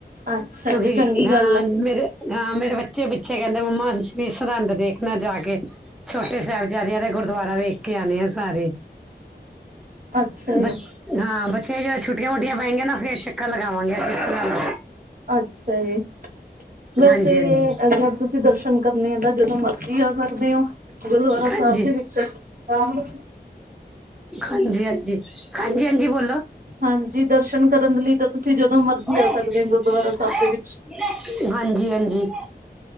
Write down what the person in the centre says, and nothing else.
ਕਿਉਂਕਿ
ਹਾਂ
ਮੇਰੇ ਹਾਂ ਮੇਰੇ ਬੱਚੇ ਪਿੱਛੇ ਕਹਿੰਦੇ ਮੰਮਾ ਅਸੀਂ ਵੀ ਸਰਹੰਦ ਦੇਖਣਾ ਜਾ ਕੇ। ਛੋਟੇ ਸਾਹਿਬਜ਼ਾਦਿਆਂ ਦਾ ਗੁਰਦੁਆਰਾ ਵੇਖ ਕੇ ਆਉਣੇ ਆ ਸਾਰੇ।
ਬ
ਹਾਂ ਬੱਚੇ ਜਦੋਂ ਛੁੱਟੀਆਂ ਵੁਟੀਆਂ ਪਏ ਗੀਆ ਨਾ ਫਿਰ ਚੱਕਰ ਲਗਾਵਾਂਗੇ ਅ
ਹਾਂਜੀ ਹਾਂਜੀ
ਹਾਂਜੀ
ਹਾਂਜੀ-ਹਾਂਜੀ, ਹਾਂਜੀ-ਹਾਂਜੀ ਬੋਲੋ।
ਓਏ-ਓਏ।
ਹਾਂਜੀ-ਹਾਂਜੀ।